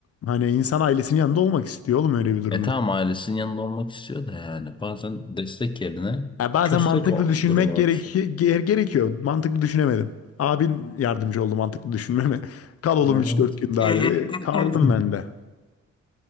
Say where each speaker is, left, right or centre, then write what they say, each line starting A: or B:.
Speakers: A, on the left; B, on the left.
A: hani insan ailesinin yanında olmak istiyor oğlum öyle bir durumda.
B: E tamam ailesinin yanında olmak istiyor da yani bazen destek yerine
A: Ya bazen
B: köstek
A: mantıklı
B: o
A: düşünmek
B: duruma
A: gerek
B: düşüyor.
A: ger- gerekiyor. Mantıklı düşünemedim. Abin yardımcı oldu mantıklı düşünmeme. <laughs> Kal oğlum
B: Evet.
A: üç dört gün daha
B: <clears throat>
A: dedi. Kaldım ben de.